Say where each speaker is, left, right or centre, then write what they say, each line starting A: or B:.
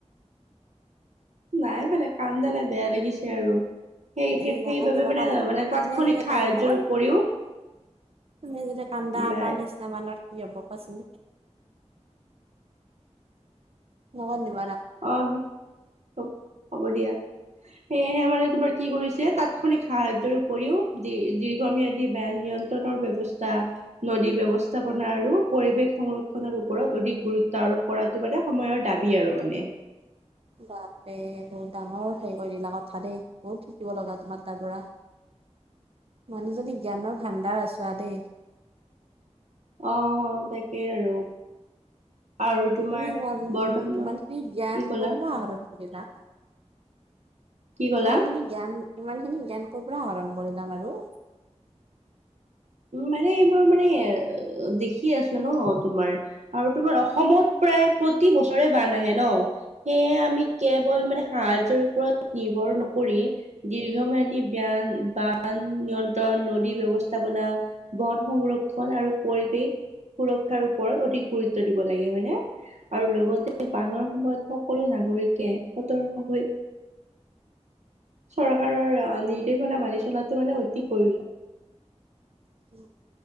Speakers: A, on the right; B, on the right.
A: নাই মানে, কান্দা নাই, বেয়া লাগিছে আৰু। সেই
B: এই
A: সেইবাবে
B: নাকান্দিবা
A: মানে,
B: কান্দিলে
A: মানে
B: তুমিয়ে
A: তাৎক্ষণিক
B: যদি
A: সাহায্যৰ
B: কান্দা
A: উপৰিও
B: তুমি যদি, কান্দা
A: লাই
B: আমাৰ নিচ নিচিনা মানুহৰ কি হ'ব কোৱাচোন, নাকান্দিবা।
A: অ', হ হ'ব দিয়া। সেয়েহে মানে তোমাৰ কি কৰিছে, তাৎক্ষণিক সাহায্যৰ উপৰিও, দীৰ দীৰ্ঘম্যাদী বান নিয়ন্ত্ৰণ ৰ ব্যৱস্থা, নদী ব্যৱস্থাপনা আৰু পৰিৱেশ সংৰক্ষণৰ ওপৰত, অধিক গুৰুত্ব আৰোপ কৰাটো মানে, সময়ৰ দাবী আৰু মানে।
B: বাপে বহুত ডাঙৰ হে কৰি দিলা কথা দেই, বহুত শিকিব লগা তোমাৰ তাৰপৰা মানুহজনী, জ্ঞানৰ ভাণ্ডাৰ আছা দেই।
A: অ', অ', তাকেই আৰু। আৰু তোমাৰ
B: এনে আৰু,
A: বৰ্তমান
B: ইমানখিনী জ্ঞান
A: কি ক'লা
B: কৰপৰা আহৰন শিকিলা,
A: কি ক'লা
B: ইমান খিনি। জ্ঞান, ইমানখিনি জ্ঞান ক'ৰপৰা আহৰণ কৰিলা বাৰু।
A: মানে, মই মানে, দেখি আছোঁ ন তোমাৰ। আৰু তোমাৰ, অসমত প্ৰায়, প্ৰতি বছৰে বান আহে ন। সেয়েহে, আমি কেৱল মানে, সাহায্যৰ ওপৰত নিৰ্ভৰ নকৰি দীৰ্ঘম্যাদী বান, বান নিয়ন্ত্ৰণ, নদী ব্যৱস্থা ব্যৱস্থাপনা, বন-সংৰক্ষণ আৰু পৰিৱেশ সুৰক্ষাৰ ওপৰত, অধিক গুৰুত্ব দিব লাগে হয় নে। আৰু লগতে, বানৰ সময়ত সকলো নাগৰিকে, সতৰ্ক হৈ চৰকাৰৰ, নিৰ্দেশনা মানি চলাটো মানে, অতি প্ৰয়োজন
B: <inaudible>